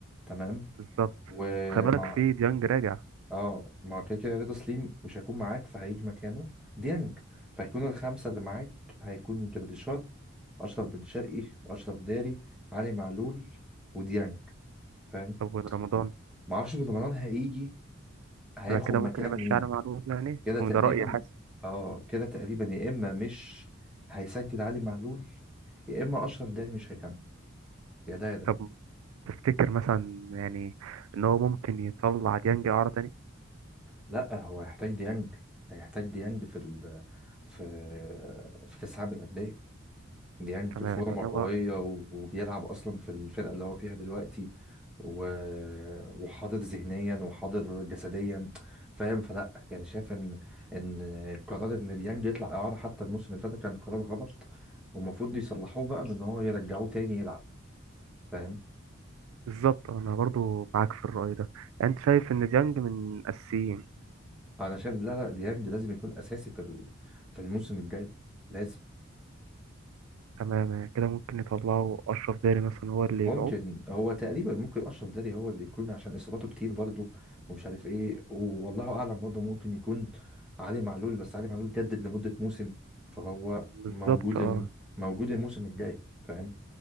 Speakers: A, in the centre; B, on the right.
A: تمام
B: بالظبط
A: ومع
B: خلي بالك في ديانج راجع
A: اه ما هو كده كده رضا سليم مش هيكون معاك فهيجي مكانه ديانج فهيكون الخمسة اللي معاك هيكون جراديشار أشرف بن شرقي أشرف داري علي معلول وديانج فاهم
B: طب بن رمضان
A: معرفش بالمران هيجي هياخد
B: يبقى كده
A: مكان
B: ممكن نمشي
A: مين
B: على معلول يعني
A: كده
B: وده
A: تقريبا
B: رأيي حاسس
A: اه كده تقريبا يا إما مش هيسجل علي معلول يا إما أشرف داري مش هيكمل يا ده يا ده
B: طب تفتكر مثلا يعني ان هو ممكن يطلع ديانج اعاره تاني
A: لأ هو هيحتاج ديانج هيحتاج ديانج في ال في في كأس العالم للأندية ديانج
B: تمام
A: فورمة
B: يعني هو
A: قوية وبيلعب أصلا في الفرقة اللي هو فيها دلوقتي و... وحاضر ذهنيا وحاضر جسديا فاهم فلا يعني شايف إن إن قرار إن ديانج يطلع إعارة حتى الموسم اللي فات ده كان قرار غلط والمفروض يصلحوه بقى بإن هو يرجعوه تاني يلعب فاهم
B: بالظبط انا برضو معاك في الرأي ده يعني انت شايف ان ديانج من اساسيين
A: أنا شايف لا لا ديانج لازم يكون أساسي في ال... في الموسم الجاي لازم
B: تمام يعني كده ممكن يطلعوا اشرف داري مثلا هو اللي
A: ممكن
B: يبيعوه
A: هو تقريبا ممكن اشرف داري هو اللي يكون عشان اصاباته كتير برضه ومش عارف ايه والله اعلم برضه ممكن يكون علي معلول بس علي معلول جدد لمده موسم فهو
B: بالظبط
A: موجود
B: اه
A: الم... موجود الموسم الجاي فاهم